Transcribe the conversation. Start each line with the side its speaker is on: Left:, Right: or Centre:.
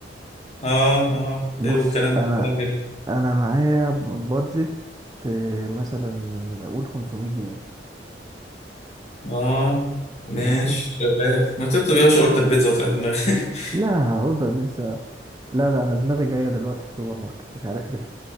Left: اه اه
Right: بص
Left: حلو الكلام
Right: انا
Left: ده كلام جميل
Right: انا معايا بادجت آه، مثلا قول 500 جنيه
Left: اه ماشي
Right: ماشي
Left: شباب ما تكتب يا باشا اوردر بيتزا وتعالى دماغك <laughs>
Right: لا اوردر بيتزا لا لا انا دماغي جاية دلوقتي في السوبر ماركت مش عارف ليه